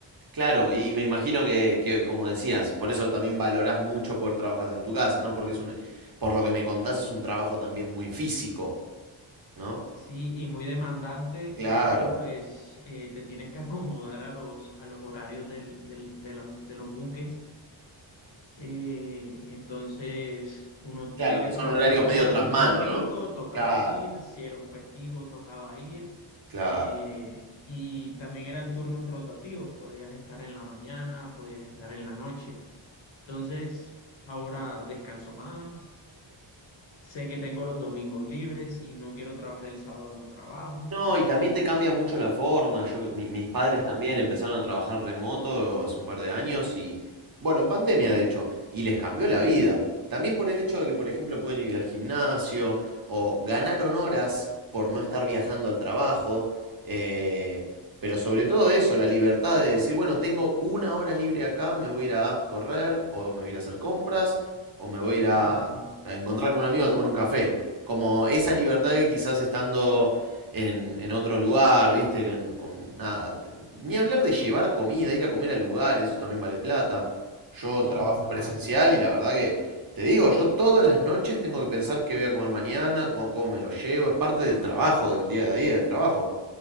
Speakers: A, on the right (about 45°); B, on the left (about 65°).
A: Claro, y y me imagino que, que, como decías, por eso también valorás mucho poder trabajar desde tu casa, ¿no? Porque es un, por lo que me contás, es un trabajo también muy físico, ¿no?
B: Sí, y muy demandante.
A: Claro,
B: De hecho, pues eh, te tienes que acomodar a los, a los horarios del, del- de los, de los buques. Eh, entonces, uno tenía
A: claro,
B: que
A: que
B: trabajar,
A: son horarios
B: o
A: medio
B: sea,
A: tras
B: un
A: mano,
B: domingo
A: ¿no?
B: tocaba
A: Claro,
B: ir, si era un festivo tocaba ir.
A: claro.
B: eh, y también eran turnos rotativos, podías estar en la mañana, podías estar en la noche. Entonces, ahora descanso más. Sé que tengo los domingos libres. Si no quiero trabajar el sábado, no trabajo.
A: No, y también te cambia mucho la forma. Yo, mi- mis padres
B: Sí,
A: también empezaron a trabajar remoto hace un par de años y, bueno, en pandemia de hecho, y les cambió la vida. También por el hecho de que, por ejemplo, pueden ir al gimnasio o ganaron horas por no estar viajando al trabajo. eh, pero sobre todo eso, la libertad de decir, bueno, tengo una hora libre acá, me voy a ir a correr o me voy a ir a hacer compras o me voy a ir a,
B: claro,
A: Claro. a encontrar con un amigo a tomar un café. Como esa libertad que quizás estando en, en otro lugar, ¿viste? Con, con nada. Ni hablar de llevar comida, ir a comer a lugares, eso también vale plata. Yo
B: sí,
A: trabajo
B: total,
A: presencial y la verdad que, te digo, yo todas las noches tengo que pensar qué voy a comer mañana, cu- cómo me lo llevo, es parte del trabajo, del día a día del trabajo.